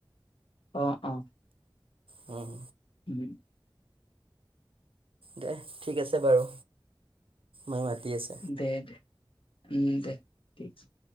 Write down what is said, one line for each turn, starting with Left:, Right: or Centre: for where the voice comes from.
Left: অ অ।
Right: উম।
Left: উম।
Right: দে ঠিক আছে বাৰু, মাই মাতি আছ
Left: দে দে, উম দে ঠিক <unintelligible>